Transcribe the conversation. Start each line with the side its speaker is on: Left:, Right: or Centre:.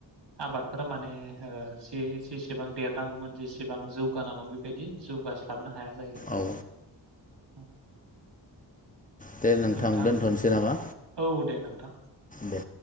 Right: आबाद फोर माने ओ जेसेबां देरनांगौमोन जेसेबां जौगानांगौमोन बेबायदि जौगास्लाबनो हाया जायो आरो।
Left: औ दे
Right: नोंथां
Left: दोनथ'नोसै नामा
Right: औ दे नोंथां।
Left: दे